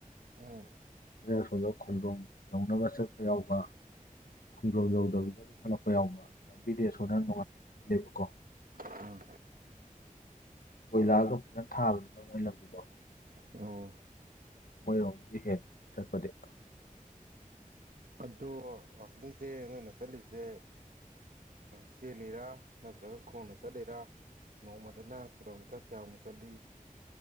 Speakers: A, on the right; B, on the left.
A: ꯑꯦ
B: ꯑꯗꯨꯗꯩ ꯑꯁꯣꯝ ꯈꯣꯡꯖꯣꯝ ꯌꯧꯅꯕ ꯆꯠꯄ ꯌꯥꯎꯕ ꯈꯣꯡꯖꯣꯝ ꯌꯧꯗꯕꯤꯗ ꯑꯗꯨꯝ ꯍꯜꯂꯛꯄ ꯌꯥꯎꯕ ꯂꯝꯕꯤꯗꯦꯁꯣꯟꯅꯉꯥꯏꯕꯀꯣ
A: ꯑꯥ
B: ꯀꯣꯏꯂꯥꯒ ꯐꯖꯅ ꯊꯥꯕꯅꯤꯅ ꯃꯣꯏ ꯂꯝꯕꯤꯗꯣ
A: ꯑꯣ
B: ꯃꯣꯏꯔꯣꯝꯒꯗꯤ ꯍꯦꯜꯂꯤ ꯆꯠꯄꯗꯤ
A: ꯑꯗꯨ ꯋꯥꯛꯀꯤꯡꯁꯦ ꯅꯣꯏꯅ ꯆꯠꯂꯤꯁꯦ ꯆꯦꯜꯂꯤꯔ ꯅꯠꯇ꯭ꯔꯒ ꯈꯣꯡꯅ ꯆꯠꯂꯤꯔ꯫ ꯅꯣꯡꯃꯗꯅ ꯀꯤꯂꯣꯃꯤꯇꯔ ꯀꯌꯥꯃꯨꯛ ꯆꯠꯂꯤ